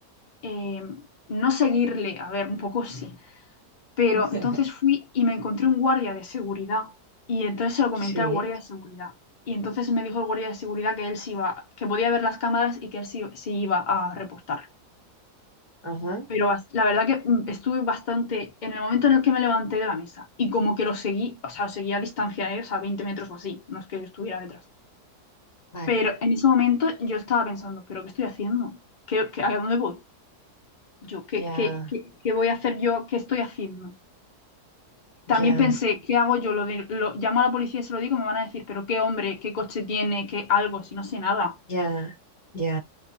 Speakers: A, on the left; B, on the left.
A: eh, no seguirle, a ver, un poco sí, pero
B: <laughs>
A: entonces fui y me encontré un guardia de seguridad y entonces se lo comenté
B: Sí.
A: al guardia de seguridad. Y entonces me dijo el guardia de seguridad que él sí iba, que podía ver las cámaras y que él sí, sí iba a reportar.
B: Ajá.
A: Pero bas- la verdad que mm, estuve bastante en el momento en el que me levanté de la mesa y como que lo seguí, o sea, lo seguí a distancia, ¿eh? O sea, 20 metros o así, no es que yo estuviera detrás.
B: Vale.
A: Pero en ese momento yo estaba pensando, ¿pero qué estoy haciendo? ¿Qué, qué- a dónde voy? Yo, ¿qué,
B: Ya,
A: qué, qué, qué voy a hacer yo? ¿Qué estoy haciendo?
B: ya,
A: También pensé, ¿qué hago yo? Lo, de- lo llamo a la policía y se lo digo, me van a decir, ¿pero qué hombre, qué coche tiene, qué algo, si no sé nada?
B: ya, ya.